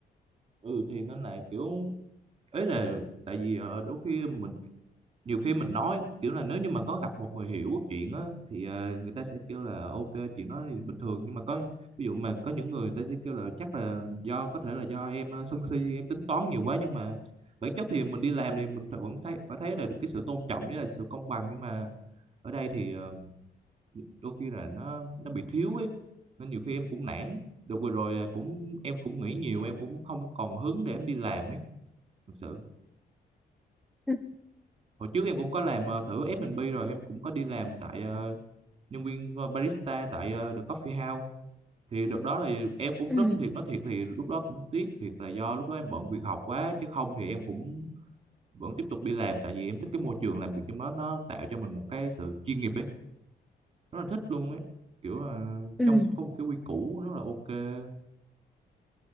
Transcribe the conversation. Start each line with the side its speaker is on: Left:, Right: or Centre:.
Right: ừ thì nên là kiểu ấy là tại vì ờ, đôi khi mình nhiều khi mình nói kiểu là nếu như mà có gặp một người hiểu chuyện á thì ờ, người ta sẽ kêu là ok chuyện đó thì bình thường nhưng mà có ví dụ mà có những người người ta sẽ kêu là chắc là do có thể là do em ờ, sân si em tính toán nhiều quá nhưng mà bản chất thì mình đi làm thì mình phải vẫn thấy phải thấy là được cái sự tôn trọng với là sự công bằng nhưng mà ở đây thì ờ, đôi khi là nó nó bị thiếu ấy nên nhiều khi em cũng nản được vừa rồi là cũng em cũng nghĩ nhiều em cũng không còn hứng để em đi làm ấy thực sự
Centre: ừ
Right: hồi trước em cũng có làm ờ, thử F&B rồi em cũng có đi làm tại ờ, nhân viên ờ, barista tại ờ, The Coffee House thì đợt đó là em cũng
Centre: ừ
Right: rất thiệt nói thiệt thì lúc đó cũng tiếc thiệt là do lúc đó em bận việc học quá chứ không thì em cũng vẫn tiếp tục đi làm tại vì em thích cái môi trường làm việc trong đó nó tạo cho mình một cái sự chuyên nghiệp ấy rất là thích luôn ấy kiểu là
Centre: ừ
Right: trong có một cái quy củ rất là ok